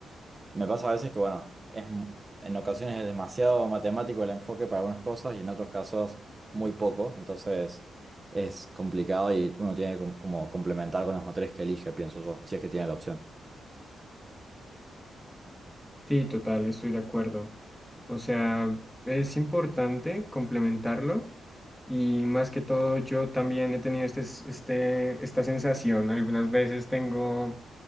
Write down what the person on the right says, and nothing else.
Me pasa a veces que, bueno, es, m- en ocasiones es demasiado matemático el enfoque para algunas cosas y en otros casos muy poco, entonces es complicado y uno tiene que com- como complementar con las materias que elige, pienso yo, si es que tiene la opción.